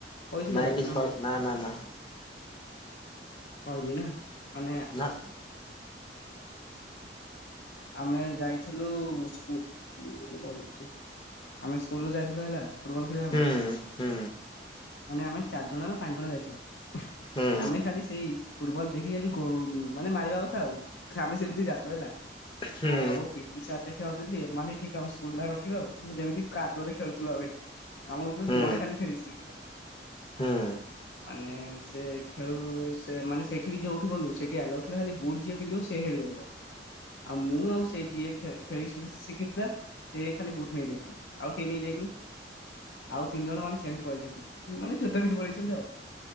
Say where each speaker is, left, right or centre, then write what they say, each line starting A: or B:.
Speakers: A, on the left; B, on the left.
A: କହିଥିଲି
B: ନାଇଁ
A: ବୋଧେ
B: କିଛି
A: ନା
B: କହି
A: କଣ
B: ନା ନା
A: କହିନି ନା ମାନେ
B: ନା।
A: ଆମେ ଯାଇଥିଲୁ ସ୍କୁଲ ଆମେ ସ୍କୁଲୁ ରୁ ଯାଇଥିଲୁ ହେଲା। ଫୁଟବଲ ଖେଳିବାକୁ
B: ହୁଁ ହୁଁ
A: ମାନେ ଆମେ ଚାରି ଜଣ ନା ପାଞ୍ଚ ଜଣ ଯାଇଥିଲୁ।
B: ହୁଁ
A: ଆମେ ଖାଲି ସେଇ ଫୁଟବଲ ଦେଖି ଖାଲି କୋଉ ମାନେ ମାଇବା କଥା ଆଉ ଆମେ ସେମିତି ଜା ହେଲା।
B: ହୁଁ
A: ଆଉ ଆବ ପିଟି ସାର୍ ଦେଖ ଯାଉଛନ୍ତି ଏମାନେ ଠିକ ଆମ ସ୍କୁଲ ରଖିବା ଆଉ ଯେମିତି କାଦୁଆରେ ଖେଳୁଥିଲୁ ଆମେ। ଆମ
B: ହୁଁ
A: ଭିତରୁ ଜଣେ ଖାଲି ଖେଳି ଶିଖିଥିଲା
B: ହୁଁ
A: ମାନେ ସେ ଖେଳୁ ସେ ମାନେ ସେଇଠି ବି ଯୋଉଠି ଗଲୁ ସେଇଠି ଆଲାଉ ଥିଲା। ଖାଲି ବୁଟୁ ଯିଏ ପିନ୍ଧିବ ସେଏ ଖେଳିପାରିବ ଆଉ ମୁଁ ଆଉ ସେ ଯିଏ ଖେଳେ ଖେଳି ସି ଶିଖିଥିଲା ସେ ଖାଲି ବୁଟୁ ନେଇଯାଇଥିଲୁ ଆଉ କିଏ ନେଇଯାଇନି। ଆଉ ତିନି ଜଣ ମାନେ ସେମିତି ପଳେଇଛନ୍ତି ମାନେ ଜୋତା ପିନ୍ଧି ପଳେଇଛନ୍ତି ଆଉ।